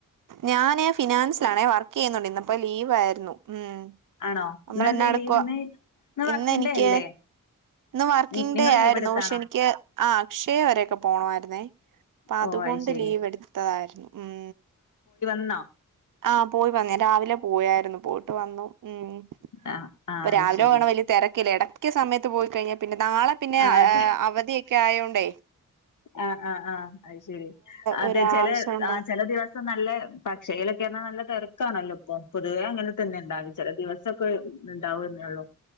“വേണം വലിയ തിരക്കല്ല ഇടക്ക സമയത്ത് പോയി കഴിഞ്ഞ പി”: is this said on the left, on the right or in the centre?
Right